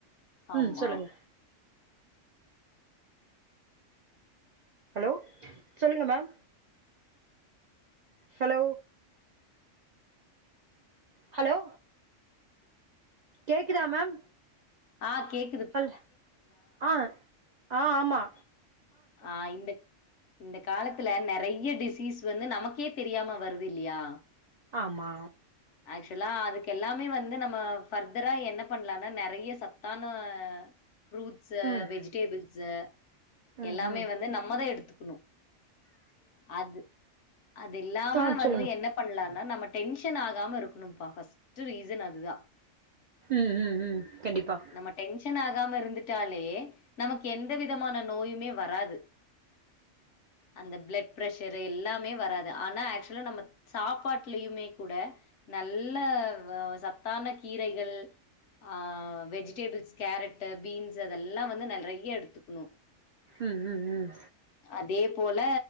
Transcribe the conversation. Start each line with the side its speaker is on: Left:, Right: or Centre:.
Left: ஆமா
Right: ம் சொல்லுங்க ஹலோ சொல்லுங்க மேம் ஹலோ ஹலோ கேக்குதா மேம்
Left: ஆ கேக்
Right: சொல் ஆ ஆ ஆமா
Left: ஆ இந்த இந்த காலத்துல நறைய டிசீஸ் வந்து நமக்கே தெரியாம வருது இல்லையா
Right: ஆமா
Left: ஆக்சுவலா அதுக்கு எல்லாமே வந்து நம்ம ஃபர்தரா என்ன பண்ணலானா நறைய சத்தான ஃப்ரூட்ஸ்ஸு
Right: ம்
Left: வெஜிடேபிள்ஸ
Right: ம்
Left: எல்லாமே
Right: ம்
Left: வந்து நம்மதான் எடுத்துக்கணும் அது அது இல்லாம
Right: ஆ
Left: வந்து
Right: சொல்லுங்க
Left: என்ன பண்லான்னா நம்ம டெஷன் ஆகாம இருக்கணும்ப்பா ஃபஸ்ட் டு ரீசன் அதுதா
Right: ம் ம் ம் கண்டிப்பா
Left: நம்ம டென்ஷன் ஆகாம இருந்துட்டாலே நமக்கு எந்த விதமான நோயுமே வராது அந்த பிளட் ப்ரஷரு எல்லாமே வராது ஆனா ஆக்சுவலா நம்ம சாப்பாட்டுலயுமே கூட நல்ல ஆ சத்தான கீரைகள் ஆ வெஜிடேபிள்ஸ் கேரட்டு பீன்ஸு அதெல்லா வந்து நெறைய எடுத்துக்குணு
Right: ம் ம் ம்
Left: அதே போல